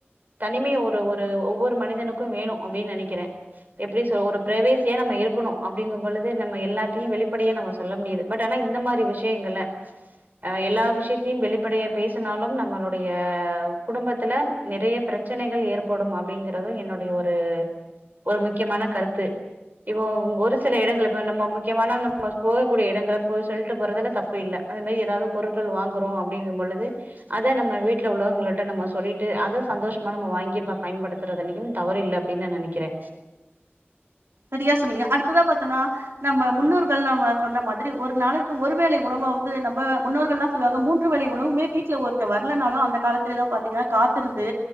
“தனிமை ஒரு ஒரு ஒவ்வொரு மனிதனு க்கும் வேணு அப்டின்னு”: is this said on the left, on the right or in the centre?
Right